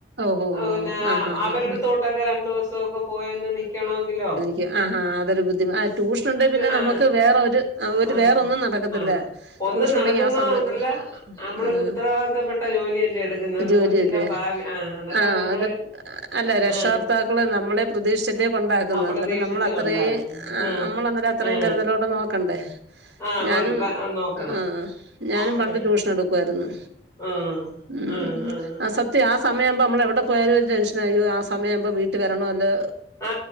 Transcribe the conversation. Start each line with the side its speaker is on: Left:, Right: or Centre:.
Right: ഓഹോ
Left: ഔ ന്നെ
Right: ആഹ് ആഹ്
Left: അവരെടുത്തോട്ടൊക്കെ
Right: ആഹ് ആഹ്
Left: രണ്ടു ദിസൊക്കെ പോയന്ന്‌ നിക്കണോ ങ്കിലോ.
Right: ക് ആഹാ അതൊരു ബുദ്ധിമു. ആഹ് ട്യൂഷൻണ്ടെ പിന്നെ
Left: ആ
Right: നമുക്ക് വേറെ ഒരു ഒരു
Left: ആ
Right: വേറ ഒന്നും നടക്കത്തില്ല..
Left: ആ ഒന്നും
Right: ട്യൂഷൻ
Left: നടക്കുന്നതല്ല
Right: ഉണ്ടെങ്കി ആ സമയ
Left: നമ്മളൊരു
Right: ആഹ്
Left: ഉത്തരവാദിത്തപ്പെട്ട ജോലിയല്ലേ എടുക്കുന്നത് ഒരു
Right: ജോലിയല്ലേ..
Left: കൊച്ചിന്റെ ഭാവി ആ അന്നേരം
Right: ആഹ്
Left: നമ്മള്
Right: അത് അല്ല രക്ഷകർത്താക്കള്
Left: ആ
Right: നമ്മളെ പ്രതീക്ഷ്ച്ചിട്ടേ കൊണ്ടാക്കുന്നത്
Left: അപ്രതീക്ഷിച്ച്
Right: എന്നിട്ട് നമ്മള അത്രേ
Left: കൊണ്ടാകും
Right: ആഹ്
Left: ആ
Right: അമ്മളന്നേരത്രേം
Left: ആ
Right: കരുതലോടെ നോക്കണ്ടേ.
Left: ആ
Right: ഞാനും.
Left: കൊണ്ട നോക്കണം
Right: അഹ് ആഹ് ഞാനും
Left: ആ
Right: പണ്ട് ട്യൂഷൻ എടുക്കുവായിരുന്നു.
Left: ആ
Right: ഉം
Left: ആ ആ
Right: അസ ത് ആ സമയവുമ്പോ നമ്മള് എവിടെ പോയലും ഒരു ടെൻഷനാ യ്യോ ആ സമയാവുമ്പോ വീ ട്ട് വരണല്ലോ
Left: ആ